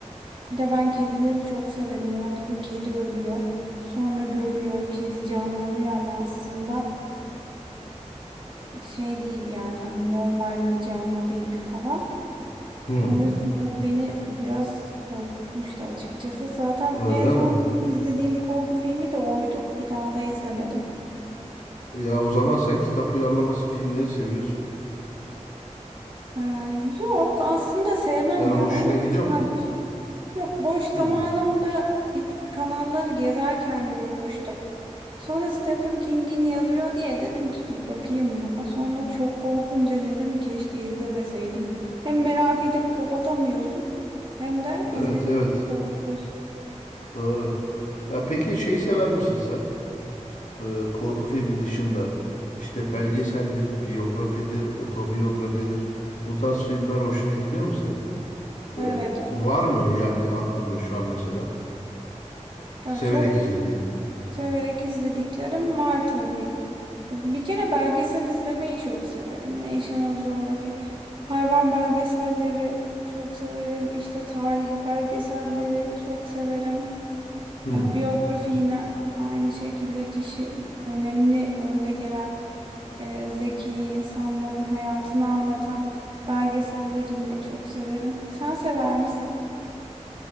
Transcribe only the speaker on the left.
Hı.
Öyle
mi?
Ya o zaman sen kitap uyarlaması filmleri seviyorsun.
Yani
hoşuna
gidiyor
mu?
Hı.
Evet,
evet.
Doğru. Ya peki şey sever misin sen? e, korku filmi dışında işte belgeseldir, biyografidir, otobiyografidir. Bu tarz filmler hoşuna gidiyor mu senin? Ve
var mı yani aklında şu an mesela
severek
izlediğin?
Hmm.